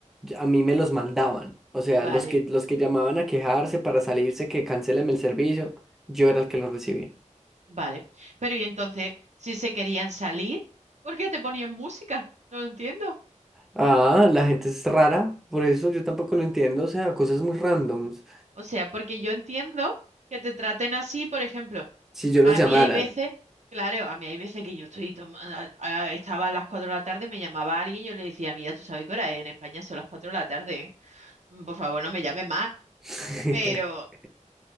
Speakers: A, in the centre; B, on the right.
A: A mí me los mandaban. O sea,
B: Vale,
A: los que, los que llamaban a quejarse para salirse que cancéleme el servicio, yo era el que los recibía.
B: vale. Pero y entonces, si se querían salir, ¿por qué te ponían música? No lo entiendo.
A: Ah, la gente es rara, por eso yo tampoco lo entiendo. O sea, cosas muy randoms.
B: O sea, porque yo entiendo que te traten así, por ejemplo.
A: Si yo
B: A
A: los llamaras.
B: mí hay veces, claro, a mí hay veces que yo estoy toma- a- a- estaba a las 4 de la tarde, me llamaba alguien, yo le decía, mira, tú sabes qué hora es, en España son las 4 de la tarde, ¿eh? Mm, Por favor, no me llames más.
A: <laughs>
B: Pero,